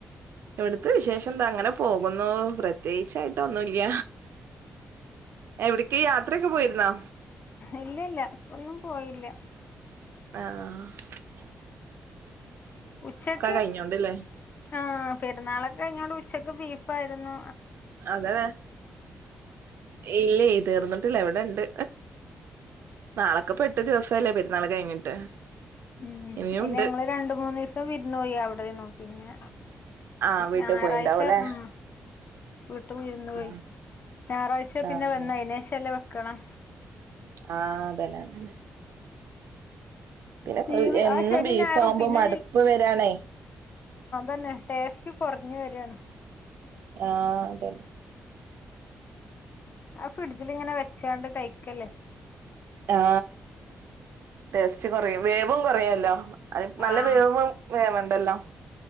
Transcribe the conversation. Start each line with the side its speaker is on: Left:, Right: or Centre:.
Right: ഇവിടുത്തെ വിശേഷ പഎന്ത അങ്ങനെ പോകുന്നു പ്രത്യേകിച്ചായിട്ട് ഒന്നുല്ല എവിട് യാത്രയൊക്കെ പോയിരുന്നോ?
Left: ഇല്ല ഇല്ല ഇപ്പൊന്നും പോയില്ല
Right: ആ ആ ആ
Left: ഉച്ചക്ക്
Right: കഴിഞ്ഞോണ്ടില്ലേ
Left: ആ പെരുന്നാളൊക്കെ <unintelligible> ഉച്ചക്ക് ബീഫ് ആയിരുന്നു
Right: അതേ ഇല്ല തീർന്നിട്ടില്ല ഇവിടെ ഉണ്ട് നാളേക്കിപ്പ എട്ട് ദിവസായില്ലേ പെരുന്നാള് കഴിഞ്ഞിട്ട്
Left: ഉം
Right: ഇനിയുണ്ട്
Left: അയിന് ഞങ്ങള് രണ്ട് മൂന്ന് ദിവസം വിരുന്ന് പോയി അവി ടെയാർന്നു പിന്നെ
Right: ആഹ് വീട്ട്
Left: ഞായറാഴ്ച
Right: പോയിണ്ടാവുംല്ലേ
Left: ഉം വീട്ട് വിരുന്ന് പോയി
Right: ആഹ്
Left: ഞായറാഴ്ച പിന്നെ
Right: ആഹ്
Left: വന്ന അയ്ന് ശേഷം അല്ലെ ക്കണം
Right: ആ അതന്നെ അതന്നെ പിന്നെ കൊ
Left: ലീവ്
Right: എന്നും
Left: ആ ശനി
Right: ബീഫ്
Left: ഞായറും
Right: ആവുമ്പോ
Left: പിന്നെ
Right: മടുപ്പ് വരണേ
Left: അന്നെ ടേസ്റ്റ് കുറഞ്ഞു വരാണ്
Right: ആഹ് അതന്നെ
Left: ആ ഫ്രിഡ്ജിലിങ്ങനെ വെച്ചാണ്ട് കഴിക്കല്ലേ
Right: ആ ടേസ്റ്റ് കൊറയും വേവും കൊറയല്ലോ ആ അത് നല്ല
Left: ആഹ്
Right: വേവും വേവണ്ടല്ലോ